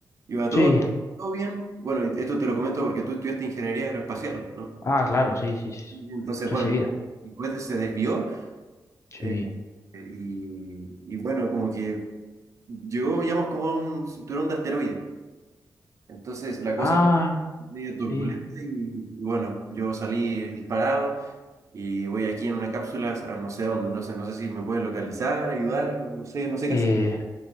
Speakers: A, on the right (about 45°); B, on the left (about 40°).
A: iba todo,
B: Sí.
A: todo bien. Bueno, esto te lo comento porque tú estudiaste ingeniería aeroespacial, ¿no?
B: Ah, claro, sí, sí, sí.
A: Y Entonces,
B: Recibida.
A: bueno, el cohete se desvió
B: Sí.
A: eh, y, y bueno, como que llegó, digamos, como a un cinturón de asteroides. Entonces la cosa
B: Ah,
A: medio turbulenta
B: sí.
A: y, y bueno, yo salí disparado. y voy aquí en una cápsula a no sé dónde, entonces no sé si me pueden localizar, ayudar, no sé, no sé
B: Eh,
A: qué hacer.